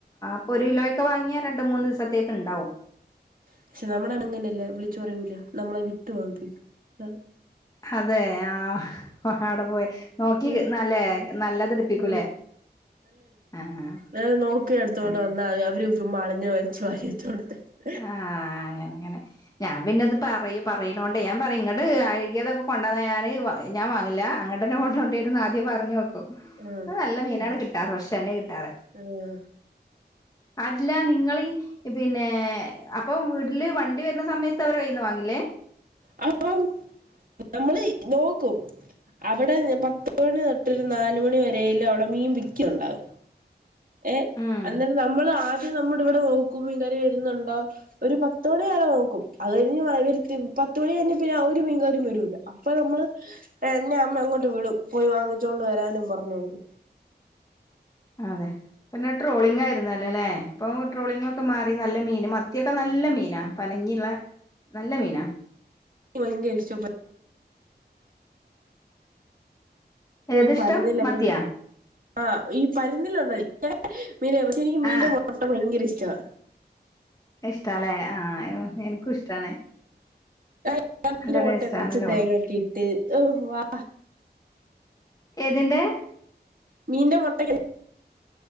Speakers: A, on the left; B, on the right.
A: പ്പൊ ഒരു കിലോ ഒക്കെ വാങ്ങിയാ രണ്ട് മൂന്ന് ദിവസത്തേക്ക്ണ്ടാവും
B: പക്ഷെ നമ്മുടാണെ ഇങ്ങനെയല്ല വിളിച്ചു പറയൂല നമ്മളെ വിട്ട് വാങ്ങിപ്പിക്കും അതാണ്
A: അതെ ആഹ് അവിടെ പോയി നോക്കി
B: ഉം
A: നല്ലേ നല്ലത് എടുപ്പിക്കൂലേ
B: ഉം
A: ആഹ്
B: ത് നോക്കി എടുത്തോണ്ട്
A: ആഹ്
B: വന്നാൽ മതി അവര് ചുമ്മാ അളിഞ്ഞ വലിച്ചു വാരിച്ചെടുത്തോണ്ട് തരും
A: ആഹ് അങ്ങന അങ്ങനെ ഞാൻ പിന്നെ ഇത് പറയും പറയുന്ന കൊണ്ട് ഞാൻ പറയും ഇങ്ങട്ട് അഴുഗ്യതൊക്കെ കൊണ്ടന്നാ ഞാന് ഞാൻ വാങ്ങില്ല അങ്ങട്ട്ന്നെ കൊണ്ട് പോണ്ടിരുന്നു ആദ്യം പറഞ്ഞു വയ്ക്കും
B: ആഹ്
A: നല്ല മീനാണ് കിട്ടാറ് ഫ്രഷ് തന്നെ കിട്ടാറ്
B: ആഹ്
A: അതില്ല നിങ്ങളി പിന്നെ അപ്പൊ വീട്ടില് വണ്ടി വരുന്ന സമയത്ത് അവര കയ്യിൽ നിന്ന് വാങ്ങില്ലേ
B: അതെപ്ളാവും നമ്മള് നോക്കും അവിടെ പത്ത് മണി തൊട്ടൊരു നാല് മണി വരേലും അവിടെ മീൻ വിക്കുന്നുണ്ടാവും ഏഹ്
A: ഉം
B: അന്നേരം നമ്മൾ ആദ്യം നമ്മൾ ഇവിടെ നോക്കും മീൻകാര് വരുന്നുണ്ടോ ഒരു പത്ത് മണി വരെ നോക്കും അത് കഴിഞ്ഞ് പത്ത് മണി കഴിഞ്ഞാ പിന്നെ ആ ഒരു മീൻകാരും വരൂല്ല അപ്പൊ നമ്മള് എന്നെ അമ്മ അങ്ങോട്ട് വിടും പോയി വാങ്ങിച്ചോണ്ട് വരാനും പറഞ്ഞോണ്ട്
A: അതെ പിന്നെ ട്രോളിംഗ ആയിരുന്നല്ലേ അല്ലേ ഇപ്പൊ ട്രോളിംഗ് ഒക്കെ മാറി നല്ല മീൻ മത് ഇനിയൊക്കെ നല്ല മീനാ പനഞ്ഞിള്ള നല്ല മീനാ
B: വണ്ടി ഇടിച്ചോ ഓ
A: ഏതിഷ്ടം
B: പരുന്നില്ലാ
A: മത്തിയാ
B: ആഹ് ഈ പന്നിഞ്ഞിലുള്ള മീനാ പക്ഷെ എനിക്ക് മീന്റെ
A: ആഹ്
B: മുട്ട ഭയങ്കര ഇഷ്ടമാണ്
A: ഇഷ്ട്ടാലേ ആഎനക്കും ഇഷ്ടാണ്
B: <unintelligible>
A: നല്ല
B: മുട്ട
A: ടേസ്റ്റ്
B: കുറച്ച്
A: ആണല്ലോ
B: തേങ്ങാക്കിട്ട് ഔവാ
A: ഏതിന്റെ
B: മീന്റെ മുട്ട